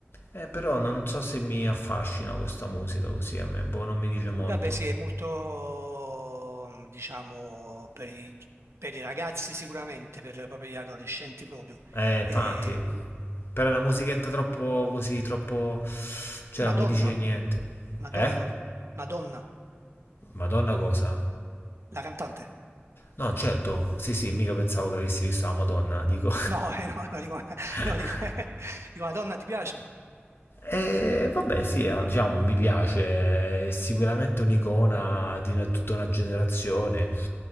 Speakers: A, on the left; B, on the right.
A: Eh, però non so se mi affascina questa musica così a me, boh, non mi dice
B: Eh,
A: molto.
B: Vabbè, sì, è molto, diciamo, per i, per i ragazzi sicuramente, per proprio gli adolescenti proprio.
A: Eh, infatti,
B: Eh,
A: però è una musichetta troppo così, troppo... cioè
B: Madonna,
A: non mi dice niente.
B: Madonna,
A: Eh?
B: Madonna,
A: Madonna cosa?
B: la cantante.
A: No, certo, sì sì, mica pensavo che avessi visto la Madonna, dico.
B: No, <laughs> eh, no, no, dico, <laughs>
A: <laughs>
B: no, dico, <laughs> dico, Madonna, ti piace?
A: E vabbè, sì, ah, diciamo, mi piace, è sicuramente un'icona di una- tutta una generazione.